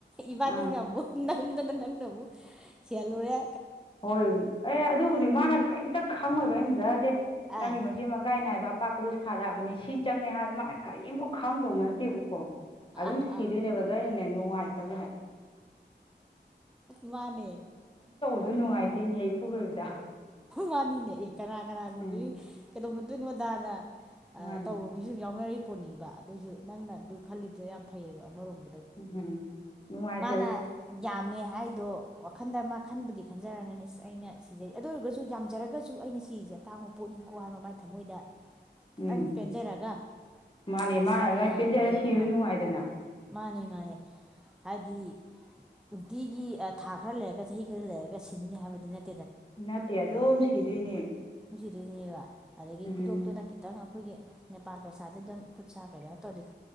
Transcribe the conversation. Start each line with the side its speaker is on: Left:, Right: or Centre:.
Centre: ꯏꯕꯥꯅꯤꯅ
Left: ꯑꯥ
Centre: ꯑꯃꯨꯛ ꯅꯪꯗꯅ ꯅ ꯍꯌꯥꯦꯜꯔ
Left: ꯍꯣꯏ ꯑꯦ ꯑꯗꯨꯕꯨꯗꯤ ꯃꯥꯅ ꯀꯔꯤꯝꯇ ꯈꯪꯉꯣꯏꯕ ꯑꯩꯅ ꯖꯥꯔꯁꯦ
Centre: ꯑꯥ
Left: ꯅꯪꯒꯤ ꯃꯆꯦ ꯑꯃ ꯀꯥꯏ ꯅꯥꯏꯕ ꯄꯥꯛꯄꯗꯣ ꯁꯥꯔꯛꯑꯕꯅꯤ ꯁꯤ ꯆꯪꯉꯦ ꯍꯥꯏꯕꯗ ꯃꯥꯅ ꯀꯔꯤꯝꯨꯛ ꯈꯪꯗꯧ ꯅꯠꯇꯦꯕꯀꯣ
Centre: ꯑꯥ
Left: ꯑꯗꯨꯝ ꯁꯤꯗꯣꯏꯅꯦꯕ
Centre: ꯑꯥ
Left: ꯑꯗꯨꯗ ꯑꯩꯅꯅꯦ ꯅꯨꯡꯉꯥꯏꯇꯕ
Centre: ꯃꯥꯅꯦ
Left: ꯑꯗꯨ ꯅꯨꯡꯉꯥꯏꯇꯦꯅꯦꯍꯦꯛ ꯏꯄꯨꯔꯣꯏꯕꯗ
Centre: ꯃꯥꯅꯤꯅꯦ ꯑꯦ ꯀꯅꯥ ꯀꯅꯥꯒꯨꯝꯕꯒꯤ
Left: ꯎꯝ
Centre: ꯀꯩꯗꯧꯅꯗꯣꯏꯅꯣ ꯗꯥꯅ
Left: ꯃꯥꯅꯤ
Centre: ꯇꯧꯕ ꯃꯤꯁꯨ ꯑꯗꯨꯨꯝ ꯌꯥꯎꯅꯔ ꯄꯣꯠꯅꯤꯕ ꯑꯗꯨꯁꯨ ꯅꯪꯅ ꯑꯗꯨ ꯈꯜꯂꯤꯗꯨ ꯌꯥꯝ ꯐꯩꯌꯦꯕ ꯑꯃꯔꯣꯝꯗ
Left: ꯍꯝꯅꯨꯡꯥꯏ
Centre: ꯅ ꯌꯥꯝ ꯍꯥꯏꯗꯣ ꯋꯥꯈꯟꯗ ꯑꯃ ꯈꯟꯕꯨꯗꯤ ꯈꯟꯖꯔꯒꯅꯤ ꯑꯁ ꯑꯩꯅ ꯁꯤꯖꯩ ꯑꯗꯨ ꯑꯣꯏꯔꯒꯁꯨ ꯌꯥꯝꯖꯔꯒꯁꯨ ꯑꯩꯅ ꯐꯤꯁꯦ ꯑꯇꯥꯡꯕ ꯄꯣꯠꯅꯤꯀꯣ ꯍꯥꯏꯕ ꯃꯥꯏ ꯊꯃꯣꯏꯗ ꯈꯤꯇꯪ
Left: ꯎꯝ
Centre: ꯄꯦꯟꯖꯔꯒ
Left: ꯃꯥꯅꯦ
Centre: ꯑꯩ
Left: ꯃꯥꯅ
Centre: ꯁꯤꯃ
Left: ꯑꯗꯨꯥꯏ
Centre: ꯌꯥꯕꯗꯒꯤ
Left: ꯄꯦꯟꯖꯔꯒ ꯁꯤꯕꯁꯨ
Centre: ꯑꯥ
Left: ꯅꯨꯡꯉꯥꯏꯗꯅ
Centre: ꯃꯥꯅꯦ ꯃꯥꯅꯦ ꯍꯥꯏꯗꯤ ꯅꯨꯡꯇꯤꯒꯤ ꯊꯥ ꯈꯔ ꯂꯩꯔꯒ ꯆꯍꯤ ꯈꯔ ꯂꯩꯔꯒ ꯁꯤꯟꯅꯤ ꯍꯥꯏꯕꯗꯤ ꯅꯠꯇ
Left: ꯅꯠꯇꯦ ꯑꯗꯨꯝ ꯁꯤꯗꯣꯏꯅꯦ
Centre: ꯑꯗꯨꯅꯦꯕ ꯑꯗꯒꯤ
Left: ꯎꯝ
Centre: ꯈꯨꯗꯣꯞꯇꯨꯅ ꯈꯤꯇꯪ ꯑꯩꯈꯣꯏꯒꯤ ꯅꯦꯄꯥꯜ ꯄꯩꯁꯥꯁꯦ ꯑꯗꯨꯝ ꯈꯨꯠꯁꯥ ꯀꯩꯅꯣ ꯇꯧꯔꯗꯤꯦ